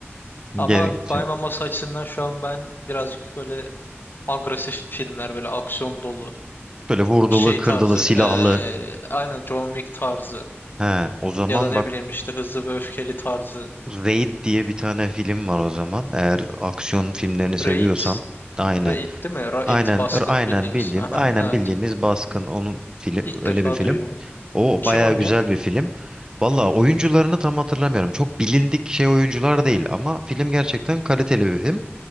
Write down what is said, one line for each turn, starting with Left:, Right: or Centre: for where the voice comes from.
Left: Ama
Right: Ge- şey,
Left: baymaması açısından şu an ben birazcık böyle agresif filmler böyle aksiyon dolu
Right: böyle vurdulu,
Left: şey
Right: kırdılı,
Left: tarzı
Right: silahlı.
Left: eee, aynen John Wick tarzı
Right: He, o zaman
Left: ya da ne
Right: bak
Left: bileyim işte Hızlı ve Öfkeli tarzı
Right: Raid diye bir tane film var o zaman. Eğer aksiyon filmlerini seviyorsan.
Left: Raid,
Right: Aynen.
Left: Raid değil mi? Raid
Right: Aynen,
Left: baskın
Right: r- aynen
Left: bildiğimiz.
Right: bildiğim,
Left: Aha,
Right: aynen
Left: evet.
Right: bildiğimiz Baskın onun film
Left: İlk
Right: öyle
Left: defa
Right: bir film.
Left: duyuyorum.
Right: O
Left: Kim
Right: bayağı
Left: oynuyor?
Right: güzel bir film. Valla oyuncularını tam hatırlamıyorum. Çok bilindik şey oyuncular değil ama film gerçekten kaliteli bir film.